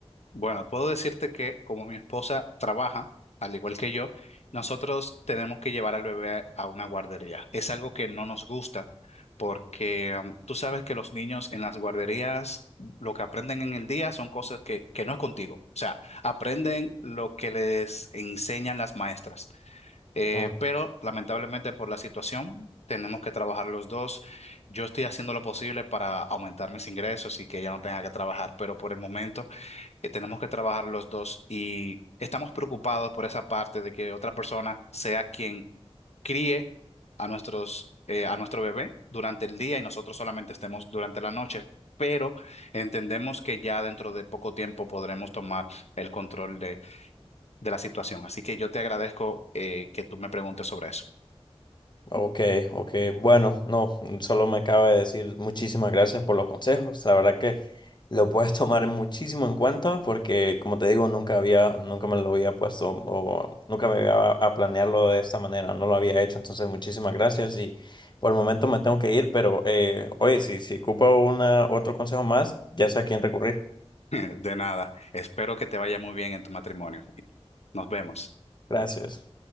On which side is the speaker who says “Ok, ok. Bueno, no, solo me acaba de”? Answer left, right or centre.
Left